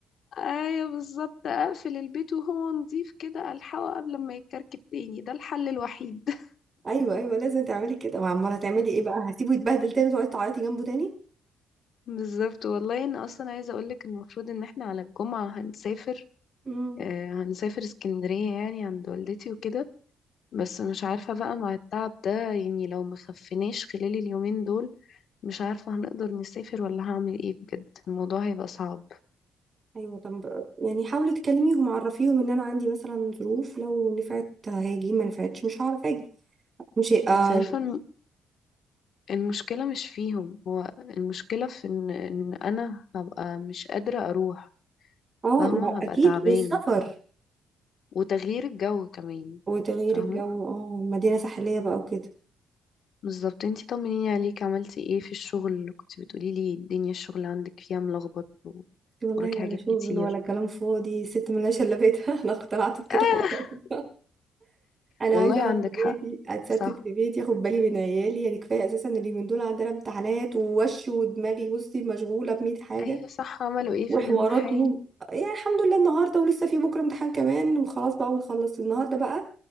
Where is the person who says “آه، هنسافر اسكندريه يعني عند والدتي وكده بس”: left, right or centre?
Left